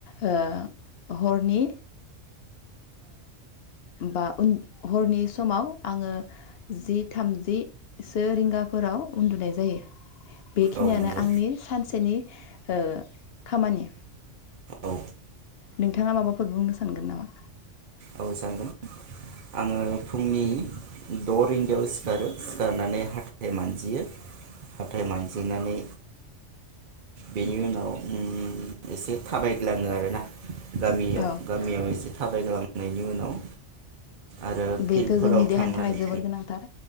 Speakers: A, on the left; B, on the right.
A: ओ हरनि बा उन हरनि समाव आङो जि थामजिसो रिंगाफोराव उन्दुनाय जायो बेखिनियानो
B: औ नंगौ
A: आंनि सानसेनि ओ खामानि
B: औ
A: नोंथाङा माबाफोर बुंनो सानगोन नामा
B: औ सांगोन आङो फुंनि द' रिंगायाव सिखारो सिखारनानै हाथथाय मानजियो हाथाय मानजिनानै बेनि उनाव उम एसे थाबायग्लाङो आरोना गामियाव
A: औ
B: गामियाव एसे थाबायग्लां बिनि उनाव आरो
A: बेथ'
B: फिल्डफोराव
A: जोंनि देहानि
B: थांनानै
A: थाखाय जोबोर गोनांथार